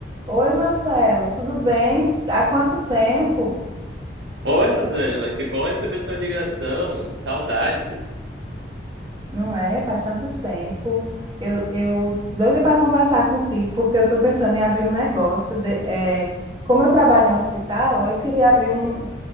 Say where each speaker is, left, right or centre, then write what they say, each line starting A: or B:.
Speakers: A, on the right (about 30°); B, on the right (about 75°).
A: Oi, Marcelo, tudo bem? Há quanto tempo?
B: Oi, Rosângela, que bom receber sua ligação. Saudades.
A: Não é? Faz tanto tempo. Eu, eu doida para conversar contigo, porque eu estou pensando em abrir um negócio. de- é, como eu trabalho em hospital, eu queria abrir um,